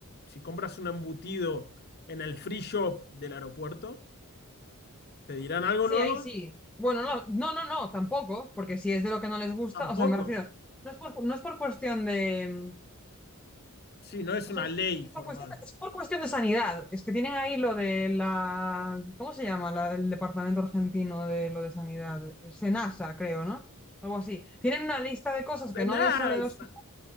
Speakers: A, on the left (about 45°); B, in the centre.
A: Si compras un embutido en el free shop del aeropuerto, ¿te dirán algo
B: Sí,
A: luego?
B: ahí sí. Bueno, no, no, no, no, tampoco, porque si es de lo que no les gusta,
A: Tampoco.
B: o sea, me refiero, no es por, no es por cuestión de, mm,
A: Sí, no es
B: o
A: una
B: sea, es
A: ley formal.
B: por cuestión, es por cuestión de sanidad. Es que tienen ahí lo de la, ¿cómo se llama? La, el Departamento Argentino de lo de Sanidad, eh, SENASA, creo, ¿no? Algo así. Tienen una lista de cosas
A: Cenas.
B: que no les sale dos cosas